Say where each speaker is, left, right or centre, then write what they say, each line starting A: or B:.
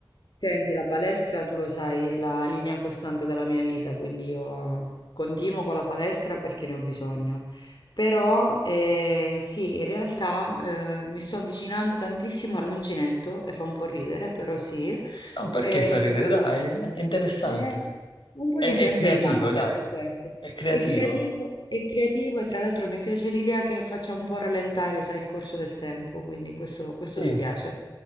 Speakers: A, on the left; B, on the left.
A: Senti, la palestra, tu lo sai, è la linea costante della mia vita, quindi io continuo con la palestra perché ne ho bisogno. Però eh, sì, in realtà eh, mi sto avvicinando tantissimo all'uncinetto e fa un po' ridere, però sì.
B: No, perché
A: Eh,
B: fa ridere, dai, è interessante.
A: eh, un po'
B: È,
A: di gente
B: è creativo,
A: ridacchia
B: dai,
A: su questo.
B: è creativo.
A: È creativo, è creativo e tra l'altro mi piace l'idea che faccia un po' rallentare, sai, il corso del tempo, quindi questo questo
B: Sì.
A: mi piace.